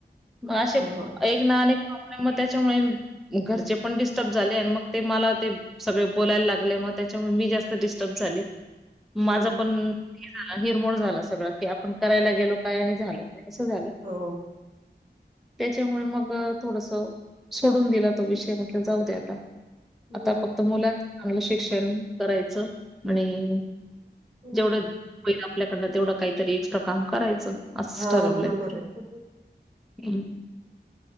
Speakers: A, in the centre; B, on the right.
A: मग असे
B: हा हा
A: एक प्रॉब्लेम त्याच्यामुळे घरचे पण डिस्टर्ब झाले, आणि मग ते मला ते सगळे बोलायला लागले, मग त्याच्यामुळे मी जास्त डिस्टर्ब झाली,
B: हम्म
A: माझं पण झाला हिरमोड झाला सगळं की, आपण करायला गेलो काय! आणि, झालं काय! असं झालं.
B: हो
A: त्याच्यामुळे, मग थोडस सोडून दिला तो विषय म्हटल जाऊ दे आता.
B: हम्म
A: आता फक्त मुलाच चांगलं शिक्षण करायचं, आणि
B: हम्म.
A: जेवढं होईल आपल्याकडनं तेवढं काहीतरी एक्स्ट्रा काम करायचं. असच
B: हा
A: ठरवलंय.
B: बरोबर आहे.
A: हं